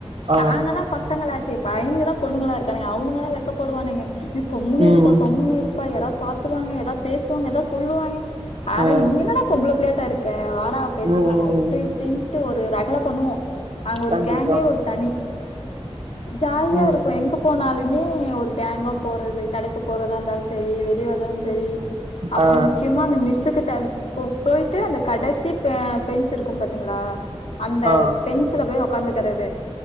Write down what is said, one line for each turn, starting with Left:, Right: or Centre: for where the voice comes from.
Right: ஆ
Left: நாங்கதா பசங்களாச்சே பையனுக்குதா பொண்ணுங்களா இருக்கானுக அவனுங்கதா வெக்கப்படுவானுங்க ஏ கம்முன்னு
Right: ம்
Left: இருப்பா கம்முன்னு இரு ப்பா யாராது பாத்துருவாங்க ஏதாது பேசுவாங்க ஏதாது சொல்லுவாங்க அட
Right: ஆ
Left: நீ என்னடா பொம்பள புள்ளையாட்டா இருக்க வாடா பேசிக்கலா
Right: ம் ம்
Left: அப்டி இப்டின்ட்டு ஒரு ரகள பண்ணுவோ அங்க ஒரு
Right: கண்டிப்பா
Left: கேங்கே ஒரு தனி ஜாலியா
Right: ம்
Left: இருக்கு எங்க போனாலுமே ஒரு கேங் ஆ போறது கடைக்கு போறதா இருந்தாலு செரி வெளியவரதாலு செரி அப்பறோ
Right: ஆ
Left: முக்கியமா அந்த மிஸ்சுகிட்ட அந் போ போயிட்டு அந்த கடசி பெ பெஞ்சு இருக்கு பாத்தீங்ளா அந்த
Right: ஆ
Left: பெஞ்சுல போய் ஒக்காந்துக்கிறது